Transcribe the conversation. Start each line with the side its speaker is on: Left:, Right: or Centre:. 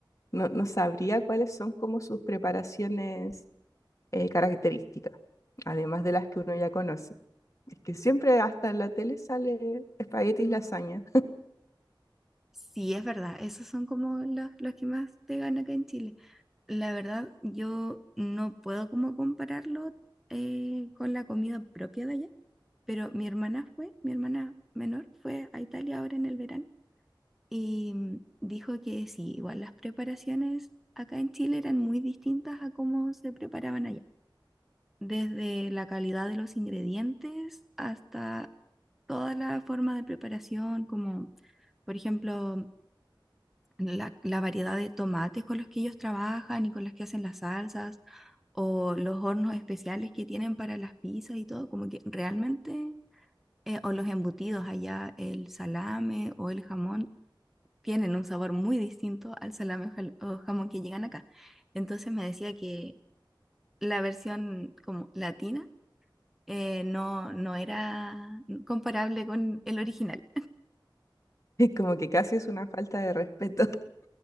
Left: no, no sabría cuáles son como sus preparaciones eh, características, además de las que uno ya conoce. Es que siempre hasta en la tele sale espaguetis lasaña. <laughs>
Centre: Sí, es verdad. Esos son como los, los que más pegan acá en Chile. La verdad, yo no puedo como compararlo eh, con la comida propia de allá. Pero mi hermana fue, mi hermana menor fue a Italia ahora en el verano. y mm, dijo que sí, igual las preparaciones acá en Chile eran muy distintas a cómo se preparaban allá, desde la calidad de los ingredientes hasta toda la forma de preparación, como por ejemplo la, la variedad de tomates con los que ellos trabajan y con los que hacen las salsas, o los hornos especiales que tienen para las pizzas y todo, como que realmente, eh, o los embutidos allá, el salame o el jamón tienen un sabor muy distinto al salame o jal- o jamón que llegan acá. Entonces me decía que la versión como latina eh, no, no era comparable con el original.
Left: Es como que casi es una falta de respeto.